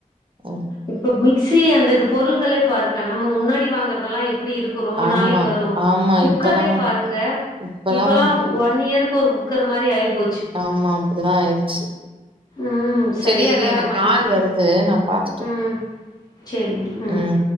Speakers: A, on the right; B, on the left.
A: அஹ்,
B: இப்ப மிக்சி அந்த இது பொருள்களே பாருக்க நம்ம முன்னாடி வாங்குறதெல்லா எப்படி இரு க்கு ரொம்ப
A: ஆமா
B: நாளைக்கு வரு
A: ஆமா
B: குக்கரே
A: இப்பதான்
B: பாருங்க
A: இப்பல்லாம்
B: இப்பல்லா ஒன் இயருக்கு ஒரு குக்கர் மாரி ஆயி போ
A: ஆமா அப்படிதா ஆய்ட்ச்சு
B: ம் சரியா
A: செரி இரு
B: இதாக
A: எனக்
B: மாட்டேது
A: கால் வருது நா பாக்
B: ம் செரிங்க அ
A: ம்